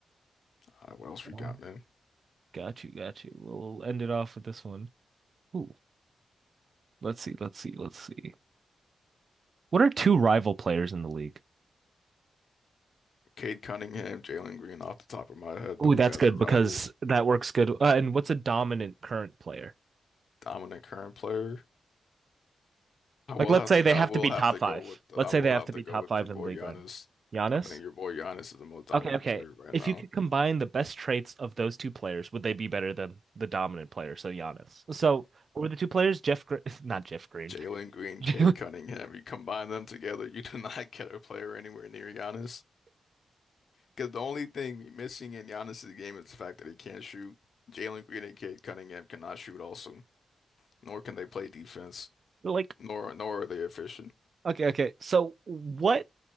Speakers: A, on the left (about 60°); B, on the right (about 50°).
A: Uh, what else
B: Uh,
A: we got, man?
B: Got you. Got you. We'll end it off with this one. Ooh, let's see. Let's see. Let's see. What are two rival players in the league?
A: Cade Cunningham, Jalen Green. Off the top of my head, those
B: Ooh, that's
A: guys
B: good
A: are rivals.
B: because that works good. Uh, and what's a dominant current player?
A: Dominant current player. I will
B: Like, let's
A: have
B: say
A: to.
B: they have
A: I will
B: to be
A: have
B: top
A: to
B: five.
A: go with.
B: Let's
A: I
B: say
A: will
B: they have
A: have
B: to
A: to
B: be
A: go
B: top
A: with
B: five
A: your boy
B: in the league
A: Giannis.
B: right now. Giannis,
A: I think your boy Giannis is the most dominant
B: Okay, okay.
A: player right
B: If
A: now.
B: you could combine the best traits of those two players, would they be better than the dominant player, so Giannis? So, were the two players Jeff Green, <laughs> not Jeff Green.
A: Jalen Green,
B: <laughs>
A: Cade Cunningham. You combine them together, you do <laughs> not get a player anywhere near Giannis. Because the only thing missing in Giannis's game is the fact that he can't shoot. Jalen Green and Cade Cunningham cannot shoot also, nor can they play defense,
B: Like,
A: nor nor are they efficient.
B: okay, okay. So, what